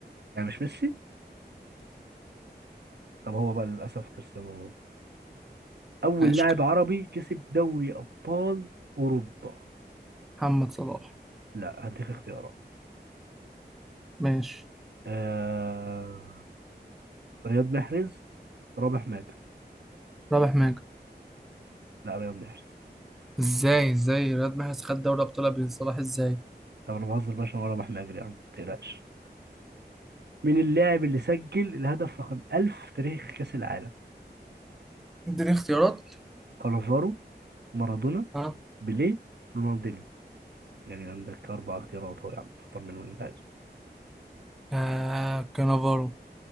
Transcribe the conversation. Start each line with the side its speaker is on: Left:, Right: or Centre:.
Right: يعني مش ميسي طب هو بقى للاسف كريستيانو رونالدو اول
Centre: ماشي
Right: لاعب عربي كسب دوري ابطال اوروبا
Centre: محمد صلاح
Right: لا هديك اختيارات
Centre: ماشي
Right: آه... رياض محرز رابح ماجر
Centre: رابح ماجد
Right: لا رياض محرز
Centre: ازاي ازاي رياض محرز خد دوري ابطال قبل صلاح ازاي
Right: طب انا بهزر بقى عشان هو رابح ماجر يا عم ما تقلقش مين اللاعب اللي سجل الهدف رقم 1000 في تاريخ كاس العالم
Centre: اديني اختيارات
Right: كانافارو مارادونا
Centre: اه
Right: بيليه رونالدو يعني عندك أربع اختيارات أهو يعني تختار منهم اللي أنت عايزه
Centre: آه كانافارو